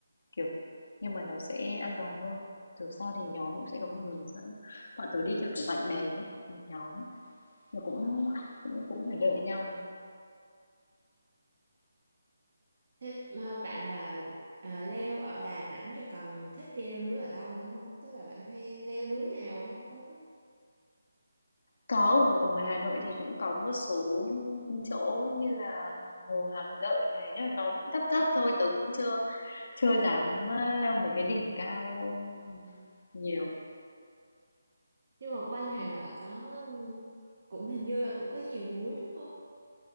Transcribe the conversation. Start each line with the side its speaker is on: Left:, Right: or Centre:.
Left: kiểu, nhưng mà nó sẽ an toàn hơn. Dù sao thì nhóm cũng sẽ có một người hướng dẫn. Bọn tớ đi theo kiểu bạn bè ấy, một nhóm, nó cũng cũng cũng phải đợi nhau.
Right: thế mà bạn là ờ, leo ở Đà Nẵng rồi còn thích đi leo núi ở đâu nữa không tức là bạn hay leo núi nào không có
Left: Có ở, ở ngoài Hà Nội thì cũng có một số chỗ như là Hồ Hàm Lợi này, nhưng mà nó cũng thấp thấp thôi, tớ cũng chưa chưa dám ờ, leo mấy cái đỉnh cao nhiều.
Right: nhưng mà quanh Hà Nội có cũng hình như là cũng có nhiều núi đúng không